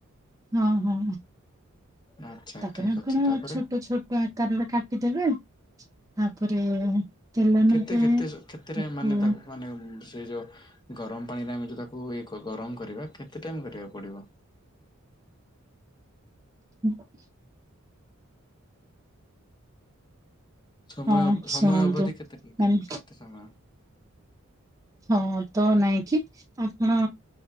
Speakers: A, on the right; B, on the left.
A: ହଁ ହଁ
B: ଆଚ୍ଛା
A: ତା
B: ଠିକ
A: ପରେ ଆପଣ
B: ଅଛି ତାପରେ
A: ଛୋଟ ଛୋ ଟ ଆକାରରେ କାଟିଦେବେ ତାପରେ ତେଲ
B: କେତେ
A: ନଗେଇ
B: କେତେ କେତେରେ
A: ତାକୁ
B: ମାନେ ମାନେ ସେ ଯୋ ଗରମ ପାଣିରେ ଆମେ ଯଉ ତାକୁ ଇଏ ଗରମ କରିବା କେତେ ଟାଇମ କରିବାକୁ ପଡିବ?
A: <unintelligible>
B: ସମୟ
A: ହଁ
B: ସମୟ
A: ଶୁଣନ୍ତୁ
B: ଅବଧି କେତେ
A: ମାନେ
B: କେତେ ସମୟ?
A: ହଁ ତ ନାଇଁ କିି ଆପଣ